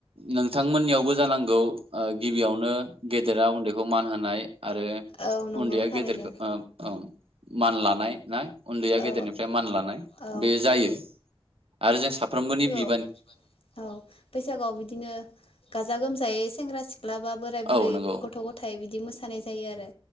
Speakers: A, on the right (about 80°); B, on the left (about 80°).
A: नोंथांमोननियावबो जानांगौ ओ गिबियावनो गेदेरा उन्दैखौ मान होनाय आरो
B: औ नंगौ
A: उन्दैया
B: थारैनो
A: गेदेरखो ओ औ। मान लानाय ना उन्दैया गेदेरनिफ्राय
B: औ
A: मान लानाय।
B: औ
A: बे जायो आरो जों साफ्रोमबोनि बि
B: <unintelligible> औ बैसागआव बिदिनो गाजा गोमजायै सेंग्रा सि ला बा बोराय बुरै
A: औ नंगौ
B: गथ' गथाय बिद बिदि मोसानाय जायो आरो